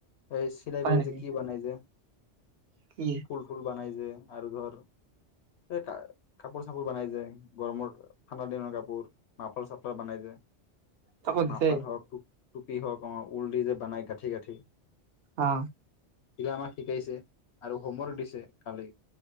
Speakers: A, on the left; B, on the right.
A: এই চিলাই
B: হয়
A: কৰিছে
B: নেকি
A: কি বনাই যে।
B: কি
A: ফুল ফুল বনাই যে আৰু ধৰ। এই ক কাপোৰ চাপোৰ বনাই যে, গৰমৰ ঠাণ্ডা দিনৰ কাপোৰ। মাফল চাফলা বনাই যে।
B: তাকো দিছে
A: নাফলাৰ হক খুব। টোপি হওক আমাৰ উল দি যে বনাই কাঠি কাঠি।
B: অ।
A: স আমাক শিকাইছে আৰু হোমৱৰ্ক দিছে কালি